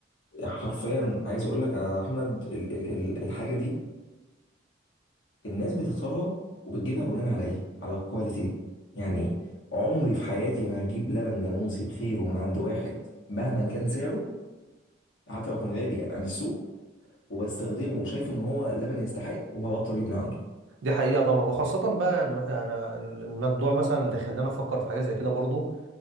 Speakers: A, on the left; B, on the right.
A: حرفيا عايز اقول لك يا احمد ال ال ال الحاجه دي الناس بتختارها وبتجيبها بناء على ايه على الكواليتي يعني عمري في حياتي ما هجيب لبن جاموسي بخيره من عند واحد مهما كان سعره حتى لو كان غالي يعني عند السوق وبستخدمه وشايف ان هو لبن يستحق وهبطل اجيب من عنده
B: دي حقيقة طبعا وخاصة بقى يعني انا الموضوع مثلا اللي خلاني افكر في حاجة زي كده برضو